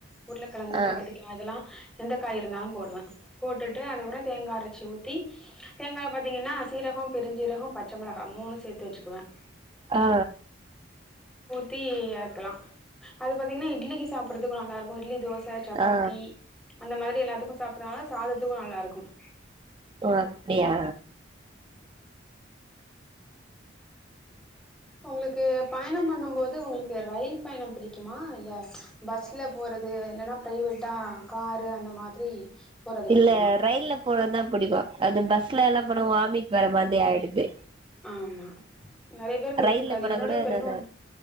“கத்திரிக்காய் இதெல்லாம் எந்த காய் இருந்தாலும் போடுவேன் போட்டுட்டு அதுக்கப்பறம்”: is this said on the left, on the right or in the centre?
Centre